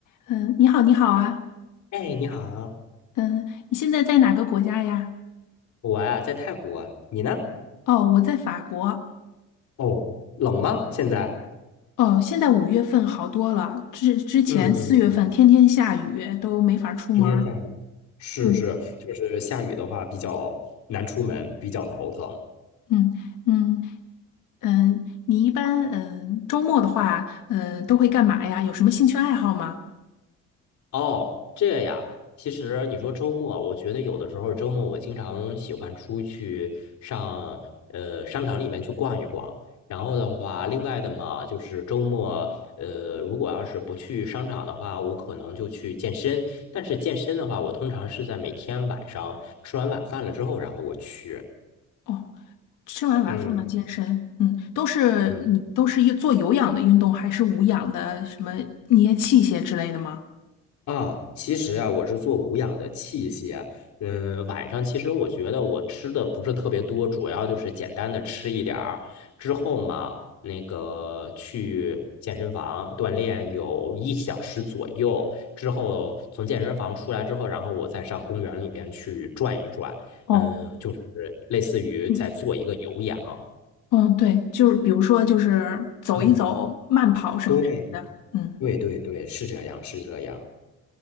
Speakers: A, on the left; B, on the left.
A: 嗯，你好，你好啊。
B: 哎，你好，
A: 嗯，你现在在哪个国家呀？
B: 我呀在泰国啊，你呢？
A: 哦，我在法国。
B: 哦，冷吗？现在？
A: 哦，现在五月份好多了，之之前四月份天天下雨，
B: 嗯嗯，
A: 都没法出门儿。
B: 今天下雨。是是，
A: 嗯
B: 就是下雨的话比较难出门，比较头疼。
A: 嗯嗯嗯，你一般嗯周末的话，嗯都会干嘛呀？有什么兴趣爱好吗？
B: 哦，这呀，其实你说周末，我觉得有的时候周末我经常喜欢出去上呃商场里面去逛一逛。然后的话，另外的嘛，就是周末呃，如果要是不去商场的话，我可能就去健身。但是健身的话，我通常是在每天晚上吃完晚饭了之后，然后我去。
A: 哦，吃完晚饭了健身。
B: 嗯
A: 嗯，都是你都是做有氧的运动，
B: 嗯。
A: 还是无氧的什么捏器械之类的吗？
B: 啊，其实啊，我是做无氧的器械。嗯，晚上其实我觉得我吃的不是特别多，主要就是简单的吃一点儿。之后嘛，那个去健身房锻炼有一小时左右。之后从健身房出来之后，然后我再上公园里边去转一转。
A: 哦。
B: 嗯，就是类似于在做一个有氧。
A: 嗯嗯，对，就是比如说，就是走一走、
B: 嗯，
A: 慢跑什么之类的。
B: 对
A: 嗯
B: 对对对，是这样，是这样。